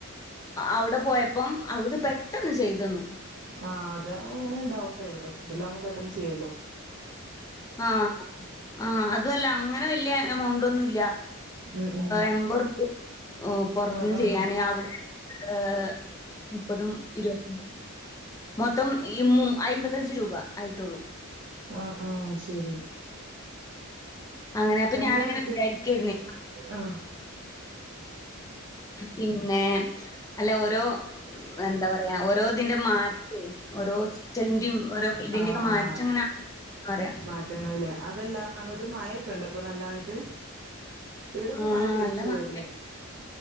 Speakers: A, on the left (about 15°); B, on the right (about 50°).
A: അവിടെ പോയപ്പം അവിടുക്ക് പെട്ടെന്ന് ചെയ്തന്നു
B: ആഹ് അതെ അങ്ങനെണ്ടാവും പ്രൈവറ്റ് ഹോസ്പിറ്റലിൽ ആവുമ്പോ പെട്ടെന്ന് ചെയ്യല്ലോ
A: ആഹ ആഹ അ അതല്ല അങ്ങനെ വലിയ എമൗണ്ട് ഒന്നുല്ല
B: ഉം ഉം
A: എൺമ്പോർപ്പിയ പൊറത്ത്ന്ന്
B: ആഹ് ആഹ്
A: ചെയ്യാൻ അവിടെ ഏ മുപ്പതും ഇരുപത്തി മൊത്തം ഈ മ അയിമ്പത്തഞ്ച് രൂപ ആയിട്ടൊള്ളു
B: ആഹ ആഹ ശരി
A: അങ്ങനെ അപ്പൊ
B: എന്റെ
A: ഞാനങ്ങനെ
B: നാട്ട്
A: വിചാരിക്കായിരുന്നേ
B: ആഹ്
A: പിന്നെ അല്ല ഓരോ എന്താ പറയാ ഓരോ ഇതിന്റെ മാറ്റം ഓരോ ഹോസ്പിറ്റലിന്റെയും ഓരോ ഇതിന്റെയൊക്കെ
B: ആ ആഹ
A: മാറ്റം ഇങ്ങനെ പറയാ.
B: മാറ്റങ്ങൾ ലെ അതെല്ലാം അങ്ങോട്ട് മഴ ഇ ഇണ്ടപ്പ നല്ലായിട്ട് ഇവിടെപ്പ
A: ആഹ്
B: മഴ പെയ്തി
A: നല്ല
B: ചോർന്നു
A: മഴ